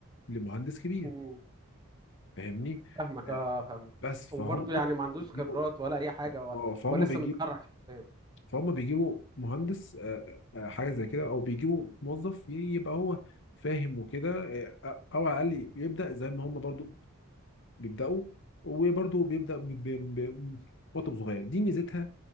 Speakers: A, on the left; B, on the right.
A: لمهندس كبير
B: مم.
A: فاهمني
B: فاهمك
A: آه،
B: اه فاهمك
A: بس فهم
B: وبرضه يعني ما عندوش
A: بيجيبوا
B: خبرات ولا اي حاجة هو
A: اه فهم
B: هو لسه
A: بيجيبوا
B: متخرج حرفياً.
A: فهم بيجيبوا مهندس آه، آه، آه، حاجه زي كده او بيجيبوا موظف يبقى هو فاهم وكده آه، او على الاقل يبدا زي ما هم برضو بيبداوا وبرضه بيبدا ب- ب- ب- بوقت صغير دي ميزتها